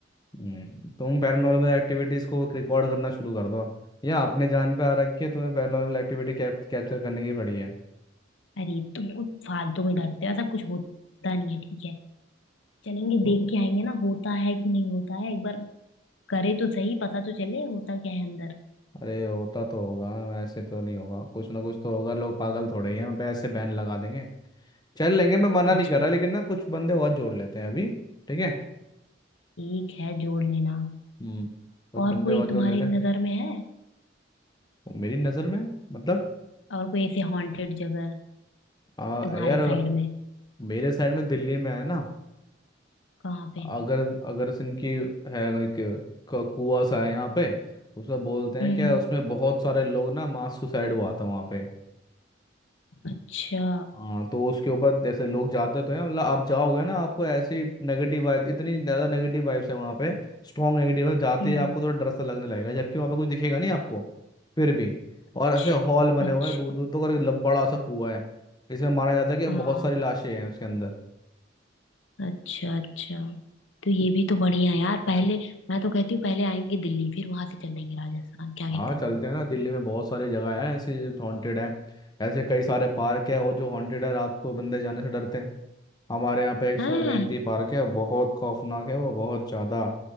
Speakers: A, on the left; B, on the left.
A: हम्म, तुम पैरानॉर्मल एक्टिविटीज को रिकॉर्ड करना शुरू कर दो या अपने जान पे आ रखी है तुम्हें पैरानॉर्मल एक्टिविटी कैप्चर करने की पड़ी है
B: अरे तुम कुछ फालतू में डरते हो ऐसा कुछ होता नहीं है ठीक है चलेंगे
A: ओ,
B: देख के आएंगे ना होता है कि नहीं होता है एक बार करे तो सही पता तो चले होता क्या है अंदर
A: अरे होता तो होगा ऐसे तो नहीं होगा कुछ ना कुछ तो होगा लोग पागल थोड़े ही हैं उन पे ऐसे बैन लगा देंगे चल लेंगे मैं मना
B: कुछ
A: नहीं कर
B: नहीं
A: रहा लेकिन ना कुछ बंदे और जोड़ लेते हैं अभी ठीक है
B: ठीक है जोड़ लेना
A: हम्म कुछ
B: और
A: बंदे
B: कोई
A: और जोड़
B: तुम्हारी
A: लेते हैं
B: नजर में है
A: और मेरी नज़र में मतलब
B: और कोई ऐसे हॉन्टेड जगह
A: आ,
B: तुम्हारे
A: यार
B: साइड में
A: मेरे साइड में दिल्ली में है ना
B: कहाँ पे
A: अगर अगर सिंह की है एक क- कुआं सा है यहाँ पे उसमें बोलते हैं
B: हम्म
A: क्या उसमें बहुत सारे लोग ना मास सुसाइड हुआ था वहाँ पे
B: अच्छा
A: हाँ तो उसके ऊपर जैसे लोग जाते तो हैं मतलब आप जाओगे ना आपको ऐसी नेगेटिव वाइब इतनी ज़्यादा नेगेटिव वाइब्स है वहाँ पे स्ट्रॉन्ग नेगेटिव वाइब जाते
B: हम्म
A: ही आपको थोड़ा डर सा लगने लगेगा जबकि वहाँ पे कुछ दिखेगा नहीं आपको फिर भी और
B: अच्छा
A: ऐसे हॉल बने
B: अच्छा
A: हुए हैं दूर दूर तक और एक लब- बड़ा सा कुआ है इसमें माना जाता है कि बहुत
B: हाँ
A: सारी लाशें हैं उसके अंदर
B: अच्छा अच्छा तो ये भी तो बढ़िया है यार पहले मैं तो कहती हूँ पहले आएंगे दिल्ली फिर वहां से चलेंगे राजस्थान क्या कहते
A: हाँ चलते
B: हो
A: हैं ना दिल्ली में बहुत सारी जगह है ऐसे हॉन्टेड है ऐसे कई सारे पार्क है और जो हॉन्टेड है रात को बंदे जाने से डरते हैं हमारे यहाँ पे एक
B: हाँ
A: स्वर्ण जयंती पार्क है बहुत खौफनाक है वो बहुत ज़्यादा